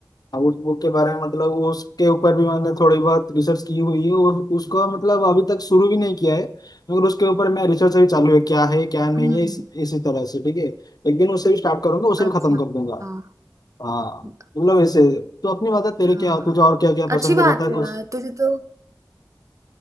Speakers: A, on the left; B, on the right.
A: हाँ, उस बुक के बारे में मतलब उसके ऊपर भी मैंने थोड़ी बहुत रिसर्च की हुई है और उसको मतलब अभी तक शुरू भी नहीं किया है मगर उसके ऊपर मैं रिसर्च अभी चालू है क्या है क्या नहीं
B: हम्म
A: है इस, इसी तरह से ठीक है एक दिन उससे भी स्टार्ट करूंगा उसे
B: अच्छा
A: भी खत्म कर दूंगा
B: हाँ
A: हाँ
B: अच्छा,
A: मतलब ऐसे तो अपनी बता तेरे
B: हाँ
A: क्या तुझे और क्या क्या पसंद
B: अच्छी बात
A: है बता
B: है
A: कुछ
B: यार तुझे तो